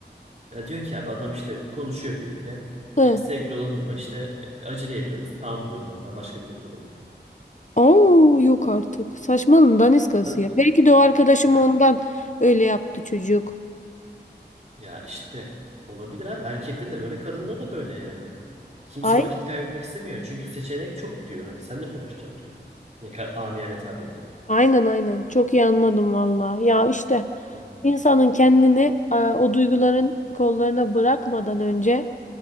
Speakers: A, on the right; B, on the left.
A: Ya diyor ki abi adam işte konuşuyor biriyle.
B: Hı.
A: E, sevgili olalım mı? İşte e, acele ediyoruz. Tamam diyoruz ben, ben başka birini bulurum yani.
B: Oo, yok artık. Saçmalığın daniskası
A: Tabii.
B: ya. Belki de o arkadaşım
A: Ya,
B: ondan öyle yaptı çocuk.
A: ya işte olabilir abi. Erkekte de böyle kadında da böyle yani. Kimse
B: Ay.
A: vakit kaybetmek istemiyor. Çünkü seçenek çok diyor. Hani sen de mi uğraşacaksın diyor. Ne kadar amiyane tabirle.
B: Aynen aynen. Çok iyi anladım valla. Ya işte
A: Hı hı.
B: insanın kendini e, o duyguların kollarına bırakmadan önce